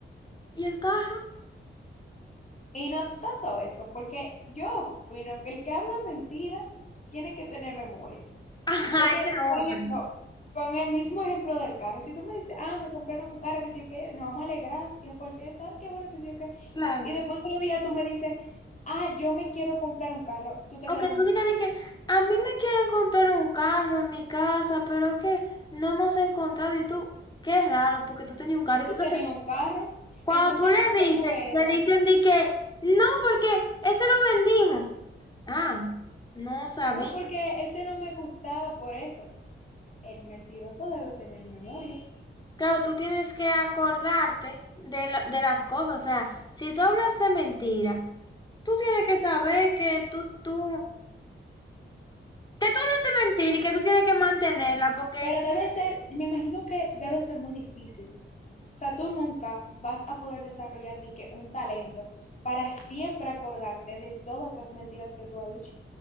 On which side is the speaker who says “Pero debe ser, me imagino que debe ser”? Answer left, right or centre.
Left